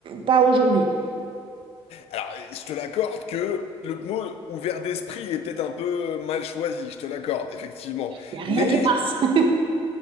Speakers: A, on the right (about 60°); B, on the left (about 75°).
A: pas aujourd'hui.
B: Alors, je te l'accorde que le mot ouvert d'esprit est peut-être un peu mal choisi, je te l'accorde, effectivement.
A: Il n'y a rien
B: Mais
A: qui passe. <laughs>